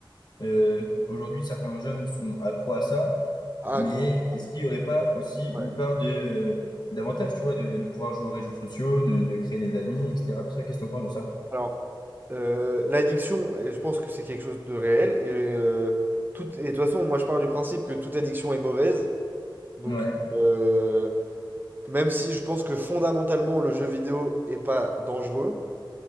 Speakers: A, on the left; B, on the right.
A: euh, aujourd'hui, certains jeunes sont accros à ça,
B: Ah,
A: mais
B: complètement.
A: est-ce qu'il n'y aurait pas aussi une
B: Ouais.
A: part de, euh, d'avantage, tu vois, de, de pouvoir jouer aux réseaux sociaux, de, de créer des amis, etc. Tout ça, qu'est-ce que tu en penses de ça?
B: Alors, euh, l'addiction, et je pense que c'est quelque chose de réel. Et, euh, tout, et de toute façon, moi, je pars du principe que toute addiction est mauvaise. Donc,
A: Ouais,
B: euh, même si je pense que fondamentalement, le jeu vidéo est pas dangereux,